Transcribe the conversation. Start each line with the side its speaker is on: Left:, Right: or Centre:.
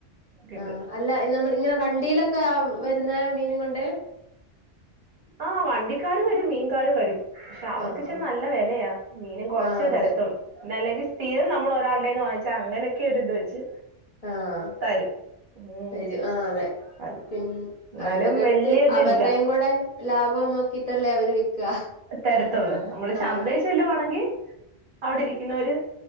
Right: കിട്ടും
Left: ആഹ് അല്ല നമ്മൾ ഇങ്ങനെ വണ്ടിയിലൊക്കെ വരുന്ന മീനും കൊണ്ട്
Right: ആ വണ്ടിക്കാര് വരും മീൻകാര് വരും പക്ഷെ അവർക്ക്ച്ചെ
Left: ആഹ് ആഹ്
Right: നല്ല വിലയാ മീനും കുറച്ചേ
Left: ആഹ് അതെ
Right: തരത്തുള്ളൂ ല്ലെങ്കിൽ സ്ഥിരം നമ്മൾ ഒരാളടേന്ന് വാങ്ങാൽ അങ്ങനൊക്കെ ഒരു ഇത് വെച്ച്
Left: ആഹ
Right: തരും ഉം
Left: തരും ആ അതെ
Right: അത്
Left: പിന്ന
Right: എന്നാലും
Left: അവരുടുത്ത് അടുത്ത്
Right: വല്യതില്ല
Left: അവരുടെയും കൂടെ ടെ ലാഭം നോക്കിട്ടല്ലേ അവര് വിക്കുക
Right: തരത്തുള്ളൂ നമ്മള്
Left: ആ
Right: ചന്തയിൽ ചെല്ലുവാണെങ്കി അവിടെ ഇരിക്കുന്നവര്